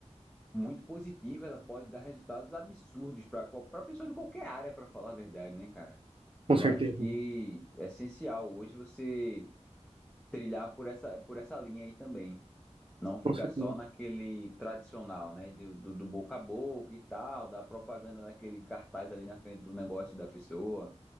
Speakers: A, in the centre; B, on the right.
A: muito positiva, ela pode dar resultados absurdos para para pessoa de qualquer área, para falar a verdade, né, cara?
B: Com
A: Eu
B: certeza.
A: acho que é essencial hoje você trilhar por essa, por essa linha aí também. Não ficar
B: Com certeza.
A: só naquele tradicional, né? Do, do, do boca a boca e tal, da propaganda daquele cartaz ali na frente do negócio da pessoa.